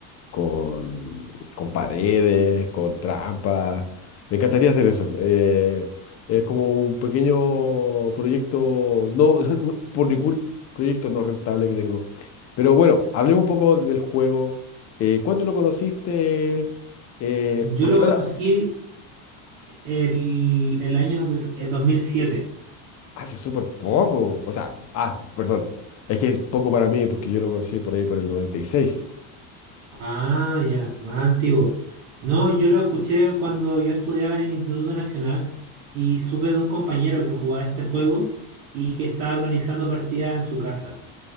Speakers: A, on the left; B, on the right.
A: con, con paredes, con trampas. Me encantaría hacer eso. Eh, es como un pequeño proyecto, no, <laughs> no por mi cul- proyecto no rentable que tengo. Pero bueno, hablemos un poco del juego. Eh, ¿cuánto lo conociste? Eh,
B: Yo
A: porque
B: lo
A: ahora
B: conocí el, el año de- eh, 2007
A: hace súper poco. O sea, ah, perdón. Es que es poco para mí porque yo lo conocí por ahí por el 96.
B: Ah, ya, más antiguo. No, yo lo escuché cuando yo estudiaba en el Instituto Nacional y supe de un compañero que jugaba este juego y que estaba organizando partidas en su casa.